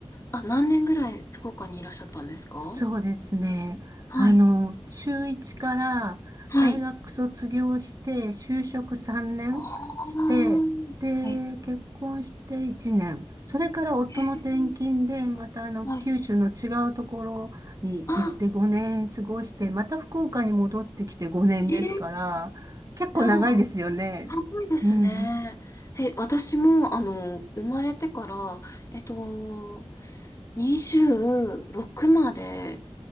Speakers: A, on the left; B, on the right.
A: あ、何年ぐらい福岡にいらっしゃったんですか
B: そうですね。
A: はい。
B: あの、中1から大学卒業して、
A: はい。
B: 就職3年して、
A: ああ。
B: で、
A: はい。
B: 結婚して1年。それから夫の転勤で、
A: ええ
B: またあの、
A: はい。
B: 九州の違うところに行って5年過ごして、
A: あ、
B: また福岡に戻ってきて5年ですから、
A: ええ
B: 結構長いですよね。
A: じゃあ、長いですね。
B: うん。
A: え、私も、あの、生まれてから、えっと、26まで、